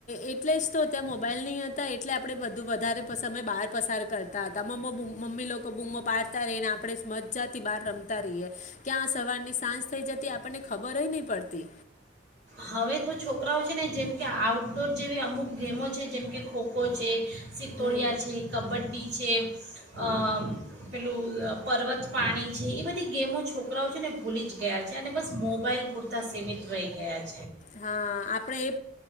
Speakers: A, on the left; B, on the right.
A: એટલે જ તો ત્યાં મોબાઈલ નહી હતા એટલે આપણે બધું વધારે મે બહાર પસાર કરતા હતા મમ્મ મમ્મી લોકો બૂમો પાડતા રહી ને આપણે મજા થી બહાર રમતા રહીએ ક્યાં સવાર ની સાંજ થઈ જતી આપણને ખબર જ નહી પડતી.
B: હવે તો છોકરાઓ છે ને જેમકે આઉટડોર જેવી અમુક ગેમો છે જેમકે ખોખો છે. સિત્તોડિયા
A: હમ,
B: છે કબડ્ડી છે. અ પેલું પર્વત પાણી છે એ બધી ગેમો છોકરાઓ છે ને ભૂલી જ ગયા છે અને બસ મોબાઈલ પૂરતાં સીમિત રહી ગયા છે.
A: હા આપણે એ